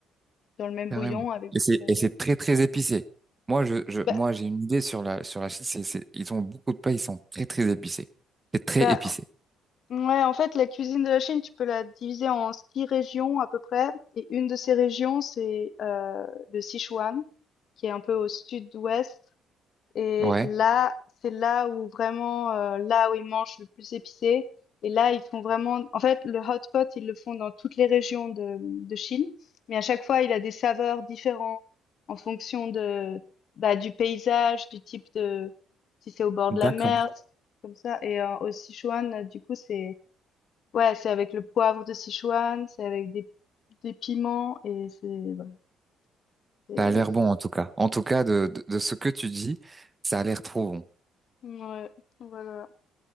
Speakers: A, on the left; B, on the right.
A: dans le même
B: carrément.
A: bouillon avec
B: Et c'est
A: des baguettes.
B: et c'est très très épicé. Moi, je, je moi,
A: Bah,
B: j'ai une idée sur la sur la Chine. C'est, c'est, ils ont beaucoup de plats, ils sont très très épicés. C'est très
A: bah
B: épicé.
A: ouais, en fait la cuisine de la Chine, tu peux la diviser en six régions à peu près et une de ces régions c'est euh, le Sichuan qui est un peu au sud-ouest Et
B: Ouais,
A: là, c'est là où vraiment, euh, là où ils mangent le plus épicé. Et là, ils font vraiment, en fait, le hot pot, ils le font dans toutes les régions de, de Chine. Mais à chaque fois, il a des saveurs différentes en fonction de, bah, du paysage, du type de, si c'est au bord
B: d'accord.
A: de la mer, comme ça. Et euh, au Sichuan, euh, du coup, c'est, ouais, c'est avec le poivre de Sichuan, c'est avec des, des piments et c'est, voilà. c'est-
B: Ça a l'air bon en tout cas. En tout cas, de, de, de ce que tu dis, ça a l'air trop bon.
A: ouais, voilà.